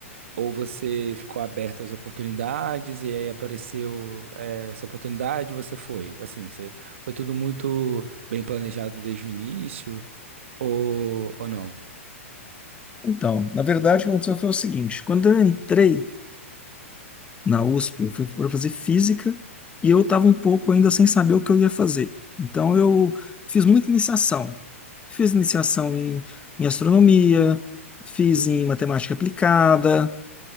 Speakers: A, on the right (about 60°); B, on the left (about 15°).
A: ou você ficou aberto às oportunidades e aí apareceu, eh, essa oportunidade e você foi? Assim, você, foi tudo muito bem planejado desde o início, ou, ou não?
B: Então, na verdade, o que aconteceu foi o seguinte: quando eu entrei na USP, eu fui para fazer física e eu estava um pouco ainda sem saber o que eu ia fazer. Então, eu fiz muita iniciação. Fiz iniciação em, em astronomia, fiz em matemática aplicada,